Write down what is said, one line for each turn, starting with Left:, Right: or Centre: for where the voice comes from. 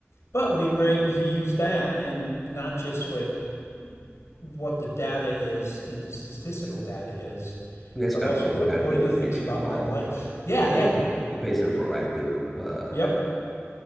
Left: But we were able to use that and not just like what the data is and the statistical data is,
Centre: Yeah, that's
Left: but
Centre: kind
Left: also
Centre: of cool,
Left: what
Centre: kind
Left: what
Centre: of getting
Left: are the
Centre: the
Left: things
Centre: patient
Left: about
Centre: involved,
Left: my life? Yeah, yeah,
Centre: getting the, the patient a proactive uh,
Left: yep,